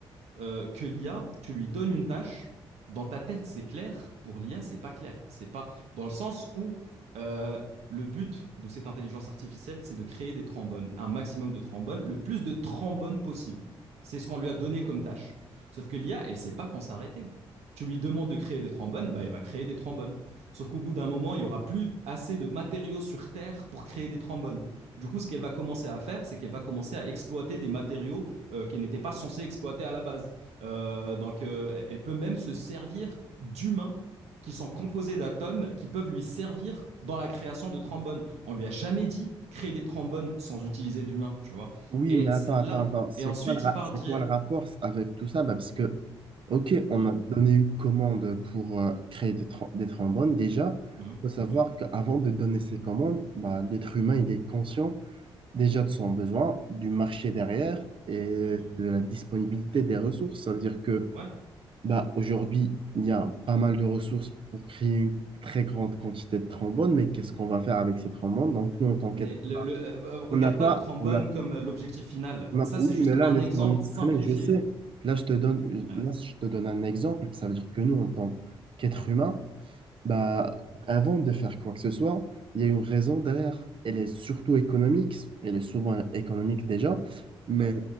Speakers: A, on the right; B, on the right.
A: euh, que l'IA, tu lui donnes une tâche, dans ta tête c'est clair, pour l'IA c'est pas clair. C'est pas dans le sens où euh, le but de cette intelligence artificielle c'est de créer des trombones, un maximum de trombones, le plus de trombones possible. C'est ce qu'on lui a donné comme tâche. Sauf que l'IA, elle ne sait pas quand s'arrêter. Tu lui demandes de créer des trombones, bah elle va créer des trombones. Sauf qu'au bout d'un moment, il y aura plus assez de matériaux sur Terre pour créer des trombones. Du coup, ce qu'elle va commencer à faire, c'est qu'elle va commencer à exploiter des matériaux euh, qu'elle n'était pas censée exploiter à la base. Euh, donc, euh, elle peut même se servir d'humains qui sont composés d'atomes qui peuvent lui servir dans la création de trombones. On lui a jamais dit créer des trombones sans utiliser d'humains, tu vois.
B: Oui,
A: Et
B: mais attends,
A: c'est là.
B: attends, attends. C'est
A: Et ensuite,
B: quoi le, ra-
A: il parle
B: c'est
A: dire.
B: quoi le rapport s- avec tout ça? Bah, parce que, OK, on
A: Hum,
B: a donné une commande pour euh, créer des, tro- des trombones. Déjà,
A: hum,
B: il faut savoir
A: hum, hum,
B: qu'avant de donner ces commandes, bah, l'être humain, il est conscient déjà de son besoin, du marché derrière et
A: hum, hum.
B: de la disponibilité des ressources. Ça veut dire que
A: Ouais.
B: bah, aujourd'hui, il y a pas mal de ressources pour créer une très grande quantité de trombones, mais qu'est-ce qu'on va faire avec ces trombones? Donc, nous, en tant
A: Mais
B: qu'être
A: le,
B: humain,
A: le- euh, euh, regarde
B: on n'a pas,
A: pas le trombone
B: on n'a
A: comme euh, l'objectif final.
B: Ma-
A: Ça,
B: Oui,
A: c'est juste
B: mais là,
A: un
B: laisse-moi
A: exemple
B: m'exprimer.
A: simplifié.
B: Je sais, là, je te donne,
A: Ouais.
B: là, je te donne un exemple. Ça veut dire que nous, en tant qu'êtres humains, bah, avant de faire quoi que ce soit, il y a une raison derrière. Elle est surtout économique. Elle est souvent économique déjà. Mais
A: Ouais.